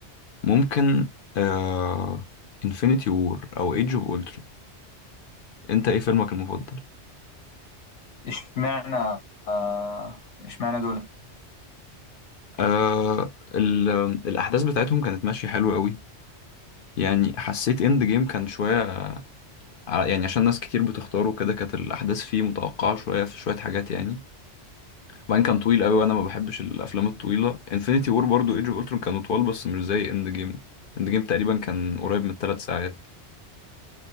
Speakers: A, on the left; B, on the left.
A: ممكن آه انفينيتي وور او ايدج اوف اولترون انت ايه فيلمك المفضل
B: اشمعنى آه، اشمعنى دول
A: آه ال... الاحداث بتاعتهم كانت ماشيه حلوه قوي يعني حسيت اند جيم كان شويه ع- يعني عشان ناس كتير بتختاره كده كانت الاحداث فيه متوقعه شويه في شويه حاجات يعني وبعدين كان طويل قوي وانا ما بحبش الافلام الطويله انفينيتي وور برضو ايدج اوف اولترون كانوا طوال بس مش زي اند جيم اند جيم تقريبا كان قريب من ثلاث ساعات